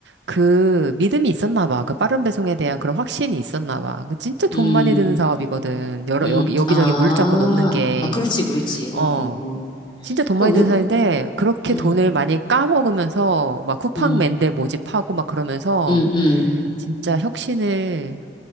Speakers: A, on the right (about 85°); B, on the left (about 25°).
A: 그, 믿음이 있었나 봐. 그 빠른 배송에 대한 그런 확신이 있었나 봐. 그 진짜 돈
B: 음,
A: 많이 드는 사업이거든. 여러,
B: 음,
A: 여기, 여기저기
B: 아,
A: 물류창고 넣는 게.
B: 아, 그렇지, 그렇지. 응,
A: 어.
B: 응, 응.
A: 진짜 돈
B: 그러니까
A: 많이 드는
B: 우,
A: 사업인데, 그렇게
B: 응,
A: 돈을 많이 까먹으면서, 막 쿠팡맨들
B: 응,
A: 모집하고 막 그러면서,
B: 응, 응,
A: 진짜 혁신을